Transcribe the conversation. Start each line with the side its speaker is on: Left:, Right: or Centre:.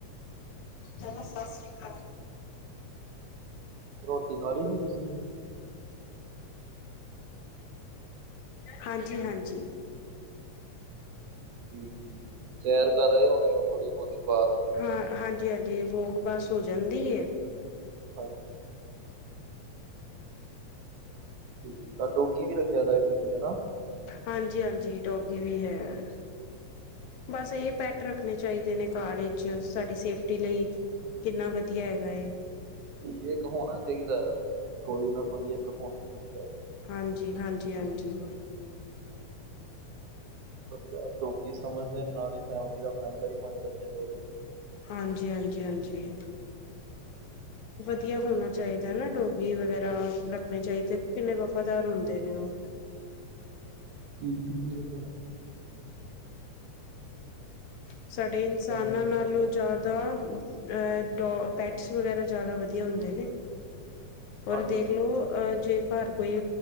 Left: ਚਲੋ ਸਤਿ ਸ਼੍ਰੀ ਅਕਾਲ।
Right: ਰੋਟੀ ਖਾ ਲਈ ਸੀ ਤੁਸੀਂ।
Left: ਹਾਂਜੀ, ਹਾਂਜੀ।
Right: ਠੀਕ - ਠੀਕ। ਸੈਰ ਕਰ ਰਹੇ ਹੋਣੇ ਉਹ ਥੋੜ੍ਹੀ ਬਹੁਤੀ ਬਾਰ।
Left: ਹਾਂ, ਹਾਂਜੀ, ਹਾਂਜੀ। ਵੋਕ ਬਸ ਹੋ ਜਾਂਦੀ ਏ।
Right: ਹਾਂਜੀ। ਠੀਕ ਤਾਂ ਡੋਗੀ ਵੀ ਰੱਖਿਆ ਦਾ ਹੈ ਤੁਸੀਂ ਹਨਾ।
Left: ਹਾਂਜੀ, ਹਾਂਜੀ ਡੋਗੀ ਵੀ ਹੈ। ਬਸ ਇਹ ਪੈਟ ਰੱਖਣੇ ਚਾਹੀਦੇ ਨੇ ਘਰ ਵਿਚ ਸਾਡੀ ਸੇਫਟੀ ਲਈ। ਕਿੰਨਾ ਵਧੀਆ ਹੈਗਾ ਏ।
Right: ਕੀ ਇੱਕ ਹੋਣਾ ਚਾਹੀਦਾ ਆ, ਕੋਈ ਨਾ ਕੋਈ ਇੱਕ ਹੋਣਾ। ਚਾਹੀਦਾ।
Left: ਹਾਂਜੀ ਹਾਂਜੀ ਹਾਂਜੀ।
Right: ਵਧੀਆ ਜੋ ਸਮਝਦੇ ਨਾਲੇ ਫੈਮਿਲੀ ਦਾ ਮੈਂਬਰ ਹੀ ਬਣ ਜਾਂਦੇ ਫਿਰ ਉਹ
Left: ਹਾਂਜੀ ਹਾਂਜੀ, ਹਾਂਜੀ। ਵਧੀਆ ਹੋਣਾ ਚਾਹੀਦਾ ਨਾ ਡੋਗੀ ਵਗੈਰਾ ਰੱਖਣੇ ਚਾਹੀਦੇ, ਕਿੰਨੇ ਵਫ਼ਾਦਾਰ ਹੁੰਦੇ ਨੇ ਉਹ
Right: ਜੀ ਜੀ ਬਲ ਬੋਲ।
Left: ਸਾਡੇ ਇਨਸਾਨਾਂ
Right: ਅੰਦਰ
Left: ਨਾਲੋਂ
Right: ਵੀ ਨਹੀਂ ਆ
Left: ਜ਼ਿਆਦਾ ਅ ਡੋ ਪੈਟਸ ਵਗੈਰਾ ਜ਼ਿਆਦਾ ਵਧੀਆ ਹੁੰਦੇ ਨੇ ਔਰ
Right: ਹਾਂਜੀ
Left: ਦੇਖ
Right: ਹਾਂਜੀ
Left: ਲਓ ਜੇ ਘਰ ਕੋਈ